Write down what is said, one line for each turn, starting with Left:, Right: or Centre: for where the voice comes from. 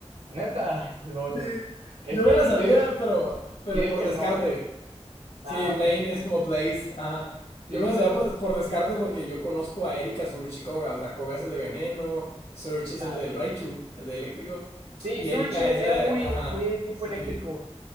Right: Neta, <laughs> lol,
Left: Sí.
Right: güey. Es
Left: Yo
Right: que
Left: me la sabía,
Right: yo digo,
Left: pero, pero
Right: yo digo
Left: por
Right: que
Left: descarte.
Right: el nombre. Ah,
Left: Sí, Blaine
Right: ok.
Left: es como Blaze. Ajá. Yo
Right: Sí,
Left: me
Right: sí,
Left: la sabía
Right: sí,
Left: por,
Right: sí, sí.
Left: por descarte porque yo conozco a Erika, Surge y Koga. O sea, Koga es el de Veneno, Surge es
Right: Nah,
Left: el del
Right: ok.
Left: Raichu, el de Eléctrico.
Right: Sí,
Left: Y
Right: Surge
Left: Erika es la
Right: era
Left: de...
Right: muy,
Left: Ajá,
Right: muy tipo
Left: sí.
Right: eléctrico.